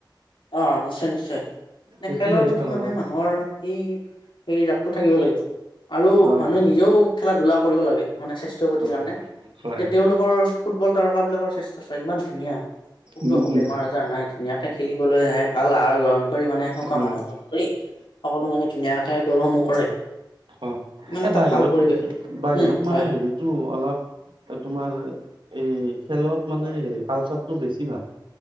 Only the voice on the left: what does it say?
অ নিশ্চয় নিশ্চয়
খেলৰ প্ৰতি
মানে
মানুহৰ সেই এ জাপটো থাকিব লাগিব। আৰু
মানুহে নিজেও খেলা ধূলা কৰিব লাগে। মানে সদস্যপ্ৰতি
কাৰণে এতিয়া
তেওঁলোকৰ ফুটবল তাৰ কটকা বিলাকৰ স্বাস্থ্য চা ইমান ধুনীয়া। ক'তো
একো
বেমাৰ আজাৰ নাই। খেলিবলৈ আহে ভাল আহাৰ গ্ৰহণ। কৰি মানে শুুকাম
মানৰ গণ কৰি সকলো মানে ধুনীয়া। খাই গ'লসমূহ কৰে।
ইমান
এটা
ভাল পৰিৱেশ আৰু
উম
হয় হয়
হয়